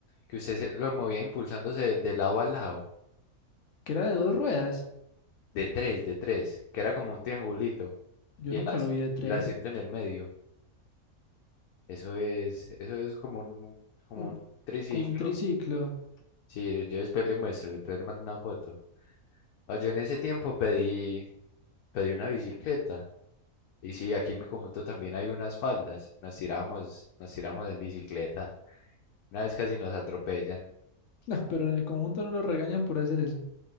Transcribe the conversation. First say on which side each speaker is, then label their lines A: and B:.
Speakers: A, on the left; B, on the left.
A: que usted se- lo movía impulsándose de, de lado a lado,
B: que era de dos ruedas.
A: de tres, de tres, que era como un triangulito
B: Yo
A: y
B: nunca
A: el, asi-
B: lo vi de tres,
A: y el asiento en el medio. Eso es, eso es como un, como
B: un-
A: un triciclo.
B: como un triciclo. <laughs>
A: Sí, yo después le muestro, después le mando una foto. Ah, Yo en ese tiempo pedí, pedí una bicicleta. Y sí, aquí en mi conjunto también hay unas faldas. Nos tiramos, nos tiramos en bicicleta. Una vez casi nos atropellan.
B: No, pero en el conjunto no lo regañan por hacer eso.